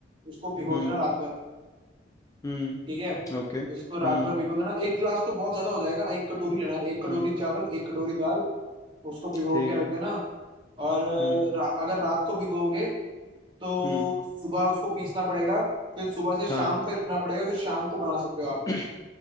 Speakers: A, on the right; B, on the left.
A: उसको भिगो
B: हम्म
A: देना रात भर
B: हम्म
A: ठीक है
B: ओके
A: उसको रात
B: हम्म
A: भर भिगो देना एक गिलास तो बहुत ज्यादा हो जाएगा एक कटोरी लेना एक कटोरी
B: हम्म
A: चावल एक कटोरी दाल उसको भिगो
B: ठीक
A: के
B: है
A: रख देना और अ,
B: हम्म
A: रा, अगर रात को भिगोगे तो
B: हम्म
A: सुबह उसको पीसना पड़ेगा फिर सुबह से शाम
B: हाँ
A: तक रखना पड़ेगा फिर शाम को बना सकते हो आप
B: <clears throat>